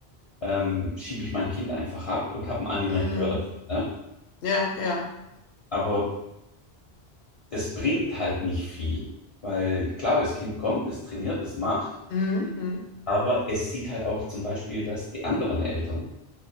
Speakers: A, on the left (about 45°); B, on the left (about 80°).
A: ähm, schiebe ich mein Kind einfach ab und habe einen Animateur
B: Mhm.
A: dafür. Ne?
B: Ja, ja.
A: Aber das bringt halt nicht viel, weil klar, das Kind kommt, es trainiert, es macht,
B: Mhm. Mhm.
A: aber es sieht halt auch zum Beispiel, dass die anderen Eltern